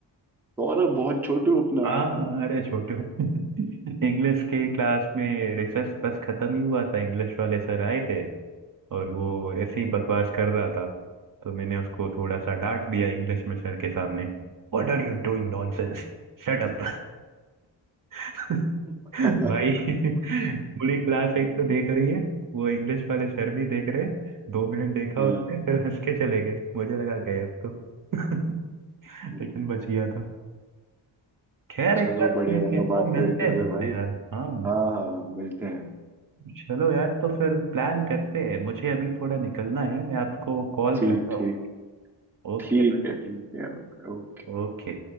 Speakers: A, in the centre; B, on the right.
A: सौरभ बहुत छोटू अपना
B: हाँ
A: हाँ
B: अरे छोटू <laughs> इंग्लिश के क्लास में रिसर्च बस खत्म ही हुआ था इंग्लिश वाले सर आए थे और वो ऐसे ही बकवास कर रहा था तो मैंने उसको थोड़ा सा डांट दिया इंग्लिश में सर के सामने What are you doing nonsense shut up <laughs>
A: <laughs> हाँ
B: भाई पूरी क्लास एक तो देख रही है वो इंग्लिश वाले सर भी देख रहे हैं दो मिनट देखा
A: हाँ
B: उसने फिर हंस के चले गए मुझे लगा गए अब तो <laughs>
A: हम्म।
B: लेकिन बच गया था खैर
A: चलो
B: एक बार
A: बढ़िया
B: मैं
A: लगा
B: कहता
A: बात
B: हूँ मिलते
A: करके
B: हैं
A: अबे
B: सबसे
A: भाई
B: यार हाँ
A: हाँ हाँ हाँ, मिलते हैं
B: चलो यार तो फिर प्लान करते हैं मुझे अभी थोड़ा निकलना है मैं आपको कॉल
A: ठीक
B: करता
A: ठीक
B: हूँ ओके
A: ठीक है ठीक है ओके
B: ओके